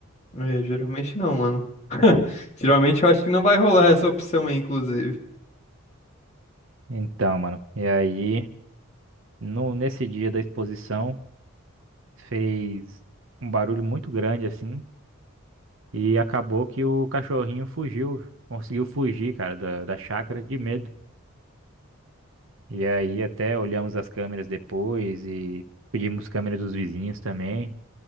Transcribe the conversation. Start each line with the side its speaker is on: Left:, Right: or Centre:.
Left: É, geralmente não, mano. <laughs> Geralmente eu acho que não vai rolar essa opção aí, inclusive.
Right: Então, mano, e aí, no, nesse dia da exposição, fez um barulho muito grande assim, e acabou que o cachorrinho fugiu, conseguiu fugir, cara, da, da chácara de medo. E aí até olhamos as câmeras depois e pedimos câmeras dos vizinhos também.